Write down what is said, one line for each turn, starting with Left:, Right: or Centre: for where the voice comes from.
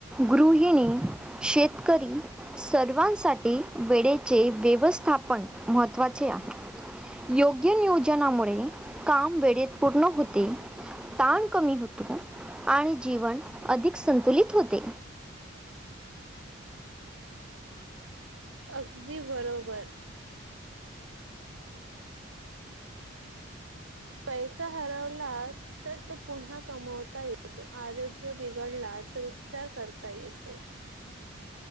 Centre: गृहिणी शेतकरी सर्वांसाठी वेळेचे व्यवस्थापन महत्त्वाचे आहे. योग्य नियोजनामुळे काम वेळेत पूर्ण होते. ताण कमी होतो आणि जीवन अधिक संतुलित होते.
Right: अगदी बरोबर पैसा हरवलात तर तो पुन्हा कमवता येतो आरोग्य बिघडला तर उपचार करता येतो.